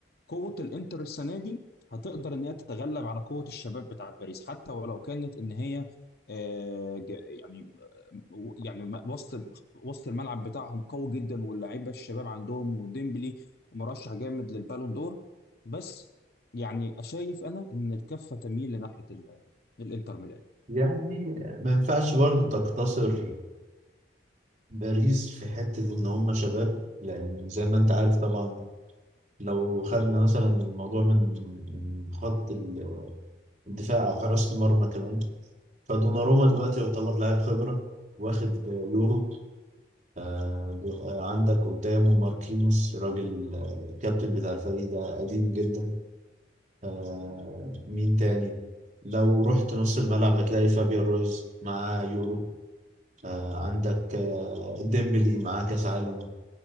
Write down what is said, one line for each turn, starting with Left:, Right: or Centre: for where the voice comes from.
Left: قوة الانتر السنة دي هتقدر ان هي تتغلب على قوة الشباب بتاعت باريس حتى ولو كانت ان هي آه، ج- يعني آه، يعني م- وسط وسط الملعب بتاعهم قوي جدا واللعيبة الشباب عندهم وديمبلي مرشح جامد للبالون دور بس يعني شايف انا ان الكفة تميل لناحية ال- الانتر ميلان
Right: يعني ما ينفعش برضه تقتصر باريس في حتة إن هم شباب لأن زي ما أنت عارف طبعا لو خدنا مثلا الموضوع من من خط ال- الدفاع أو حراسة المرمى كمان فدوناروما دلوقتي يعتبر لاعب خبرة واخد يورو آه، دو- آه، عندك قدامه ماركينوس راجل آه، الكابتن بتاع الفريق ده قديم جدا آه، مين تاني لو رحت نص الملعب هتلاقي فابيان رويز معاه يورو آه، عندك آه، ديمبلي معاه كاس عالم